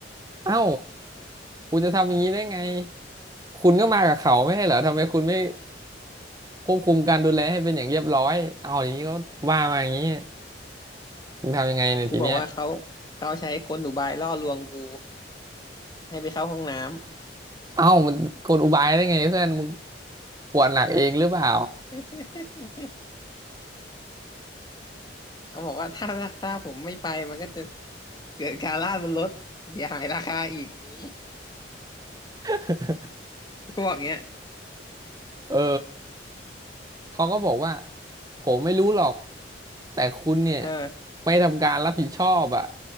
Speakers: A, on the right (about 20°); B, on the left (about 25°).
A: เอ้าคุณจะทำอย่างนี้ได้ไงคุณก็มากับเขาไม่ใช่เหรอทำไมคุณไม่ควบคุมการดูแลให้เป็นอย่างเรียบร้อยเอาอย่างนี้ก็ว่ามาอย่างนี้มึงทำยังไงในยทีเนี้ย
B: กูบอกว่าเขาเขาใช้กลอุบายล่อลวงกูให้ไปเข้าห้องน้ำ
A: เอ้ามันกลอุบายได้ไงเพื่อนมึงปวดหนักเองหรือเปล่า
B: <laughs> เขาบอกว่าถ้าถ้าผมไม่ไปมันก็จะเกิดการลาดบนรถเสียหายราคาอีกอย่างนี้
A: <laughs>
B: <laughs> เออกูบอกเงี้ย
A: เออ เขาก็บอกว่าผมไม่รู้หรอกแต่คุณเนี่ย
B: เออ
A: ไม่ทำการรับผิดชอบอ่ะ